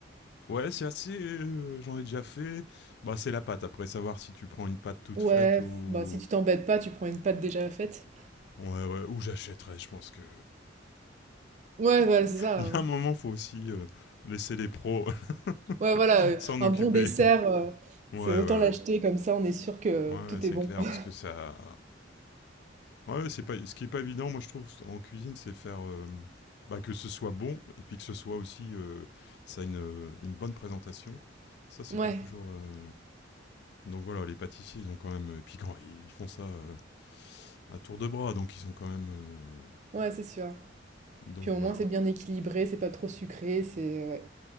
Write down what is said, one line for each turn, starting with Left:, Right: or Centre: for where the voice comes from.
Left: Ouais, c'est assez euh, j'en ai déjà fait. Bah c'est la pâte après savoir si tu prends une pâte toute
Right: Ouais,
Left: faite ou
Right: bah si tu t'embêtes pas, tu prends une pâte déjà faite.
Left: Ouais, ouais, ou j'achèterais, je pense que...
Right: Ouais, voilà,
Left: <laughs>
Right: c'est ça.
Left: Il y
Right: hein.
Left: a un moment, faut aussi euh, laisser les pros <laughs>
Right: Ouais, voilà, euh,
Left: s'en
Right: un
Left: occuper.
Right: bon dessert, euh,
Left: Ouais,
Right: c'est autant
Left: ouais,
Right: l'acheter,
Left: ouais.
Right: comme ça on est sûr que
Left: Ouais, ouais,
Right: tout
Left: c'est
Right: est bon.
Left: clair,
Right: <laughs>
Left: parce que ça... Ouais, ouais, c'est pas... ce qui est pas évident, moi, je trouve, en cuisine, c'est faire... euh, bah, que ce soit bon, et puis que ce soit aussi... euh, ça a une, euh, une bonne présentation. Ça, c'est
Right: Ouais,
Left: pas toujours... euh, Donc voilà, les pâtissiers, ils ont quand même... Et puis quand ils font ça euh, à tour de bras, donc ils ont quand même... euh,
Right: ouais, c'est sûr.
Left: Donc
Right: Puis au
Left: voilà.
Right: moins c'est bien équilibré, c'est pas trop sucré, c'est... ouais.